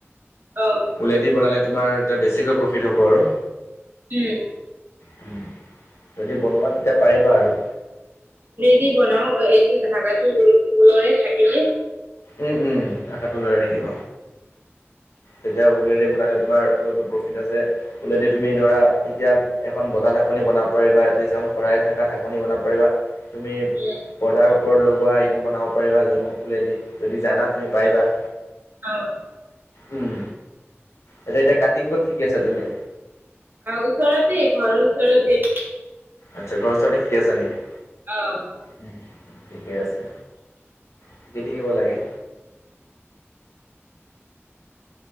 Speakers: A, on the right; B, on the left.
A: অ',
B: উলেদি বনালে তোমাৰ এতিয়া বেছিকৈ প্ৰফিট হ'ব আৰু।
A: উম,
B: উম, যদি বনোৱা তেতিয়া পাৰিবা আৰু।
A: দি বনাও এইটো ধাগাটো ৰুলৰে থাকে যে।
B: উম, উম, টকাটো লৰাই থাকিব। তেতিয়া উলেদি বনালে তোমাৰ উল প্ৰফিট আছে, উলেদি তুমি ধৰা এতিয়া এখন বতাহ ঢাকনি বনাব পাৰিবা এটলিষ্ট এখন শৰাই থকা ঢাকনি বনাব পাৰিবা তুমি
A: উম
B: পৰ্দাৰ ওপৰত লগোৱা সেইটো বনাব পাৰিবা যোন ওলেদি। যদি জানা তুমি পাৰিবা।
A: অ',
B: উম, এতিয়া এতিয়া কাটিং ক'ত শিকি আছা তুমি?
A: ওচৰতে ঘৰৰ ওচৰতে।
B: আচ্ছা, ঘৰ চ শিকি আছে নেকি?
A: অহ,
B: উম, ঠিকে আছে, শিকি থাকিব লাগে।